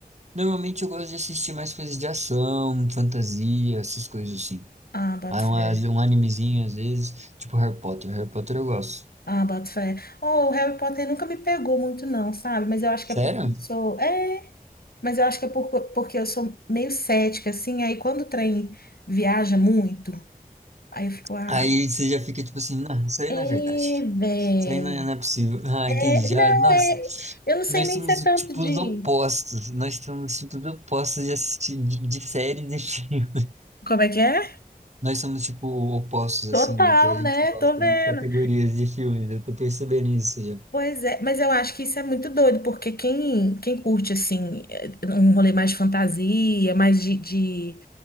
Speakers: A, on the right; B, on the left.
A: Normalmente eu gosto de assistir mais coisas de ação, fantasia, essas coisas assim.
B: Ah, boto
A: Ah,
B: fé.
A: Um, às vezes um animezinho, às vezes, tipo Harry Potter. Harry Potter eu gosto.
B: Ah, boto fé. Oh, o Harry Potter nunca me pegou muito, não, sabe? Mas eu acho
A: Sério?
B: que é porque eu sou. É, mas eu acho que é por- porque eu sou meio cética, assim. Aí quando o trem viaja muito, aí eu fico, ah.
A: Aí você já fica tipo assim, não, isso aí
B: É,
A: não é verdade.
B: velho.
A: Isso aí não é, não é possível. <laughs> Ah,
B: É,
A: entendi. Já,
B: não,
A: nossa,
B: é. Eu não sei
A: nós
B: nem
A: somos
B: se é tanto
A: o tipo
B: de.
A: dos opostos. Nós somos tipo, os tipos opostos de assistir de, de séries e filmes.
B: Como é que é?
A: Nós somos, tipo, opostos,
B: Total,
A: assim, no que a gente
B: né?
A: gosta
B: Tô vendo.
A: de categorias de filmes. Eu tô percebendo isso já.
B: Pois é, mas eu acho que isso é muito doido, porque quem, quem curte, assim, eh, um rolê mais de fantasia, mais de, de